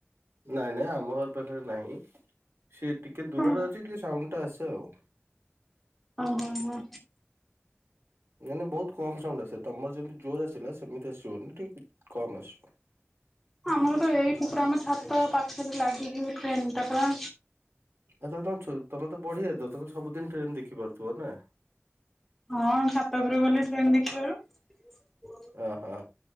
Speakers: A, on the right (about 65°); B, in the centre.
A: ନାଇଁ ନାଇଁ ଆମ ଘର ପାଖରେ ନାହିଁ। ସିଏ ଟିକେ ଦୂରରେ
B: ଶୁଣ
A: ଅଛି ଟିକେ ସାଉଣ୍ଡ ଟା ଆସେ ଆଉ।
B: ଓହୋ ହୋ
A: ନାଇଁ ନାଇଁ ବହୁ କମ ସାଉଣ୍ଡ ଆସେ ତମର ଯେମିତି ଜୋର ଆସିଲା ସେମିତି ଆସିବନି ଠିକ କମ୍ ଆସିବ।
B: ଆମର ତ ଏଇଠି ପୁରା ଆମ ଛାତ ପାଖରେ ଲାଗିକି ଟ୍ରେନ୍ ଟା ପୁରା।
A: ଏ ତମେ ତ ବଢିଆ ତମେ ସବୁଦିନ ଟ୍ରେନ ଦେଖିପାରୁଥିବ ନା।
B: ହଁ ଛାତଗରୁ ଗଲେ ଟ୍ରେନ ସ ଦେଖିବାରୁ।
A: ଅହୋ